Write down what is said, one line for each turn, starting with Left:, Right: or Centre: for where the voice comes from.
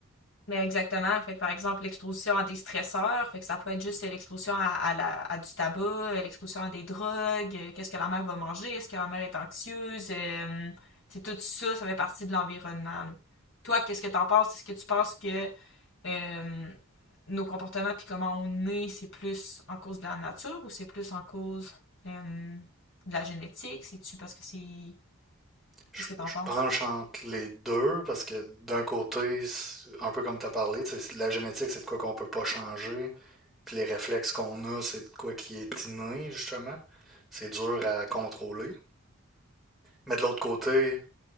Left: Mais exactement. Fait que, par exemple, l'exposition à des stresseurs, fait que ça peut être juste euh, l'exposition à, à la- à du tabac, euh, l'exposition à des drogues, euh, qu'est-ce que la mère va manger, est-ce que la mère est anxieuse, euh, c'est tout ça, ça fait partie de l'environnement. là. Toi, qu'est-ce que t'en penses? Est-ce que tu penses que euh, nos comportements puis comment on est, c'est plus en cause de la nature ou c'est plus en cause euh, de la génétique? C'est-tu parce que c'est...
Centre: Je,
Left: Qu'est-ce que t'en
Centre: je
Left: penses?
Centre: penche entre les deux parce que d'un côté, c'est un peu comme tu as parlé, tu sais, la génétique, c'est de quoi qu'on peut pas changer, puis les réflexes qu'on a, c'est de quoi qui est inné, justement. C'est dur à contrôler. Mais de l'autre côté,